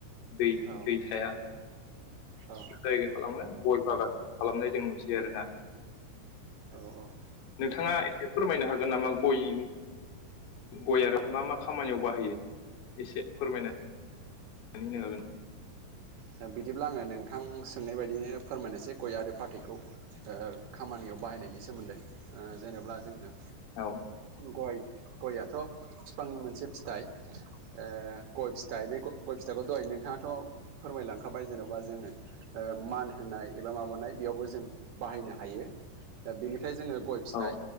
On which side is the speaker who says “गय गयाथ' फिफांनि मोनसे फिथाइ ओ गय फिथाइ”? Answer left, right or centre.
Right